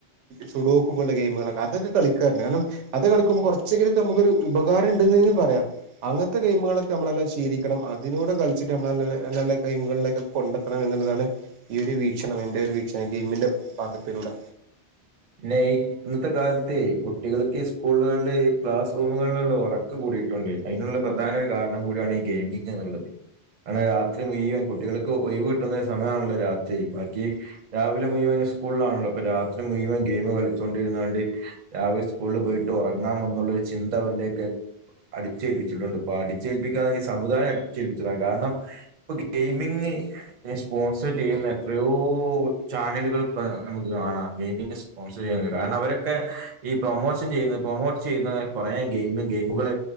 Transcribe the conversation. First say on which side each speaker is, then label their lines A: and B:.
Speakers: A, on the right (about 90°); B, on the right (about 45°).
A: സുഡോക്ക് പോലുള്ള ഗെയിമുകളൊക്കെ അതൊക്കെ കളിക്ക കാരണം അത് കളിക്കുമ്പോ കുറച്ചെങ്കിലൊക്കെ നമുക്കൊരു ഉപകാരം ഇണ്ട്ന്നേങ്കിലും പറയാം ഞമ്മളൊക് ശീലിക്ക അങ്ങത്തെ ഗെയിമുകളൊക്കെ നമ്മളെല്ലാം ശീലും ണം അതിലൂടെ കളിച്ചിട്ട് നമ്മള് നല്ല നല്ല ഗെയിമുകളിലൊക്കെ കണ്ടെത്തണം എന്നുള്ളതാണ് ഈ ഒരു വീക്ഷണം എന്റെ ഒരു വീക്ഷണം ഗെയിമിന്റെ ഭാഗത്തിലൂടെ
B: പിന്നെ ഇന്നത്തെ കാലത്ത് കുട്ടികൾക്ക് സ്കൂളുകളില് ക്ലാസ് റൂമുകളിലുള്ള ഉറ ക്കം കൂടിയിട്ടുണ്ട് അതിനുള്ള പ്രധാന ഒരു കാരണം കൂടിയാണ് ഈ ഗെയിമ് എന്നുള്ളത് രാത്രി മുഴുവൻ കുട്ടികൾക്ക് ഒഴിവ് കിട്ടുന്ന സമയമാണല്ലോ രാത്രി ബാക്കി രാവിലെ മുഴുവൻ സ്കൂളിലാണല്ലോ അപ്പം രാത്രി മുഴുവൻ ഗെയിം കളിച്ചൊണ്ടിരുന്നാണ്ട് രാവിലെ സ്കൂളിൽ പോയിട്ട് ഉറങ്ങാം എന്നുള്ള ഒരു ചിന്ത അവരിലേക്ക് അടിച്ചേൽപ്പിച്ചിട്ടുണ്ട് ഇപ്പൊ അടിച്ചേൽപ്പിക്കാൻ ഈ സമുദായം അടിച്ചേൽപ്പിച്ചതാ കാരണം ഇപ്പം ഗെയിമിംഗ് സ്പോൺസർ ചെയ്യുന്ന എത്രയോ ചാനലുകൾ ഇപ്പം നമുക്ക് കാണാം ഗെയിമിങ് സ്പോൺസർ ചെയ്യുന്നത് കാരണം അവരൊക്കെ ഈ പ്രൊമോഷൻ ചെയ്യുന്ന പ്രൊമോട്ട് ചെയ്യുന്നത് കുറേ ഗെയിമ് ഗെയിമുകൾ